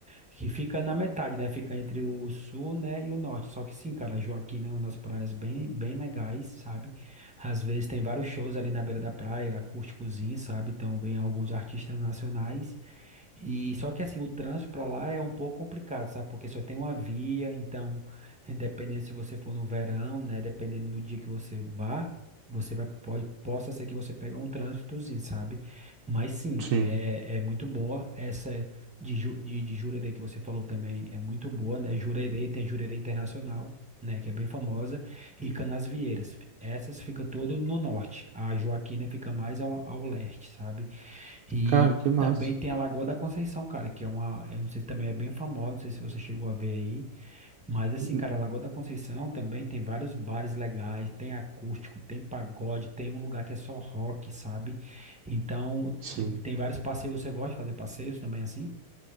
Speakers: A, in the centre; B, on the right (about 70°).
A: que fica na metade, né? Fica entre o sul, né? E o norte. Só que sim, cara, a Joaquina é uma das praias bem, bem legais, sabe? Às vezes tem vários shows ali na beira da praia, acústicozinho, sabe? Então vem alguns artistas nacionais. E só que assim, o trânsito para lá é um pouco complicado, sabe? Porque só tem uma via, então, <laughs> dependendo se você for no verão, né, dependendo do dia que você vá, você vai pode possa ser que você pegue um trânsitozinho, sabe? Mas sim,
B: Sim.
A: é, é muito boa essa de, Ju- de, de Jurerê que você falou também, é muito boa, né? Jurerê tem Jurerê Internacional. Né, que é bem famosa, e Canasvieiras. Essas fica todo no norte. A Joaquina fica mais ao, ao leste, sabe? E
B: Cara, que massa.
A: também tem a Lagoa da Conceição, cara, que é uma, eu não sei se também é bem famosa, não sei se você chegou a ver aí, mas assim,
B: Hum,
A: cara, a Lagoa da Conceição também tem vários bares legais, tem acústico, tem pagode, tem um lugar que é só rock, sabe? Então,
B: Sim.
A: e tem vários passeios, você gosta de fazer passeios também assim?